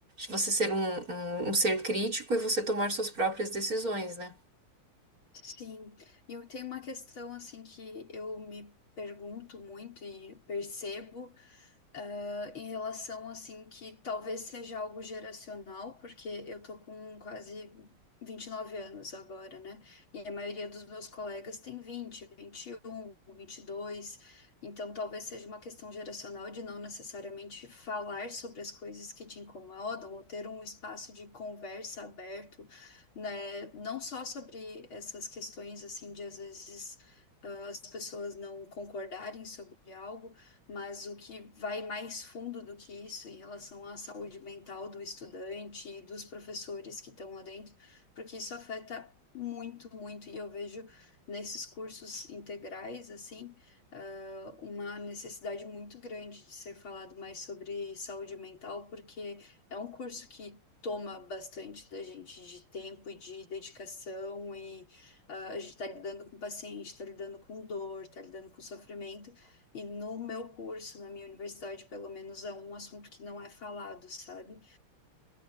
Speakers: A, on the right; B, on the left.
A: você ser um, um, um ser crítico e você tomar suas próprias decisões, né?
B: Sim, e eu tenho uma questão assim que eu me pergunto muito e percebo, ah, em relação assim que talvez seja algo geracional, porque eu tô com quase 29 anos agora, né? E a maioria dos meus colegas tem vinte vinte e um vinte e dois Então talvez seja uma questão geracional de não necessariamente falar sobre as coisas que te incomodam ou ter um espaço de conversa aberto, né? Não só sobre essas questões assim de às vezes ah, as pessoas não concordarem sobre algo, mas o que vai mais fundo do que isso em relação à saúde mental do estudante e dos professores que estão lá dentro, porque isso afeta muito, muito, e eu vejo nesses cursos integrais, assim, ah, uma necessidade muito grande de ser falado mais sobre saúde mental, porque é um curso que toma bastante da gente de tempo e de dedicação e ah, a gente está lidando com paciente, está lidando com dor, está lidando com sofrimento. E no meu curso, na minha universidade, pelo menos é um assunto que não é falado, sabe?